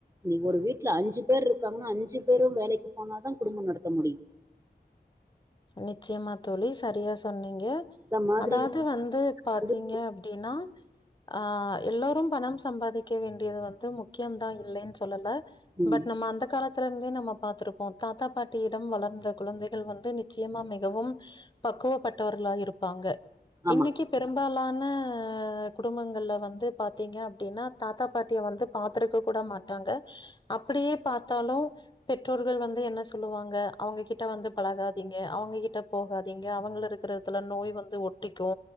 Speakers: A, on the right; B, on the left.
A: நீங்க ஒரு வீட்ல அஞ்சு பேர் இருக்காங்கன்னா அஞ்சு பேர் பேரு வேலைக்கி போனாதா குடும்பம் நடத்த முடி
B: நிச்சயமா தோழி சரியா சொன்னீங்க
A: இந்த மாதிரி
B: அதாவது வந்து பாத்தீங்க
A: வந்து
B: அப்டின்னா ஆ எல்லாரும் பணம் சம்பாதிக்க வேண்டியது வந்து முக்கியம் தா இல்லைன் சொல்லல்ல
A: ம்
B: பட் நம்ம அந்த காலத்திலந்தே நம்ம பாத்திருப்போ தாத்தா பாட்டியிடம் வளர்ந்த குழந்தைகள் வந்து நிச் ச்சியமா மிகவும் பக்குவப்பட்டவர்களா இருப்பாங்க
A: ஆமா
B: இன்னைக்கி பெரும்பாலான அ குடும்பங்கள்ல வந்து பாத் த்திங்க அப்டினா தாத்தா பாட்டிய வந்து பாத்ருக்க கூட மாட்டாங்க அப்டியே பாத்தாலு பெற்றோர்கள் வந்து என்ன சொல்லுவாங்க அவுங்ககிட்ட வந்து பழகாதீங்க அவுங்ககிட்ட போகாதீங் ங்க அவுங்கல இருக்கற எட்த்துல நோய் வந்து ஒட்டிக்கு